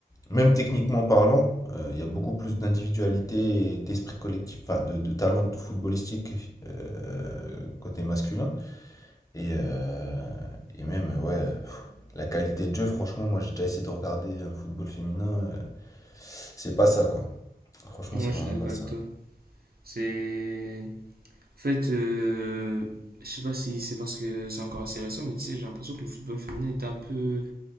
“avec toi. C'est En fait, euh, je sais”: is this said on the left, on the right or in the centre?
Right